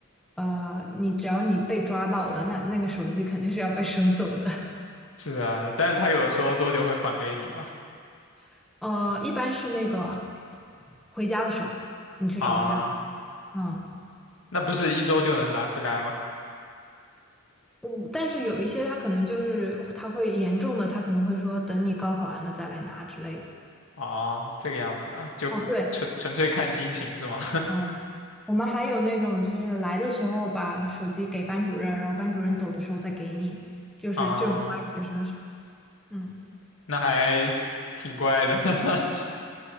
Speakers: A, in the centre; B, on the left.
A: 呃，你只要你被抓到了，那那个手机肯定是要被收走的。
B: <laughs> 是啊，但是他有说多久会还给你嘛？
A: <laughs> 呃，一般是那个回家的时候你去找他要，
B: 啊，
A: 嗯。
B: 那不是一周就能拿回来吗？
A: 嗯，但是有一些他可能就是他会严重的，他可能会说等你高考完了再来拿之类的。
B: 啊，这个样子啊，就纯纯粹看心情是吗？
A: 哦，对，嗯，我们还有那种就是来的时候把手机给班主任，然后班主任走的时候再给你，就是这种乖学生是，
B: <laughs> 啊，
A: 嗯，
B: 那还挺怪的。<laughs>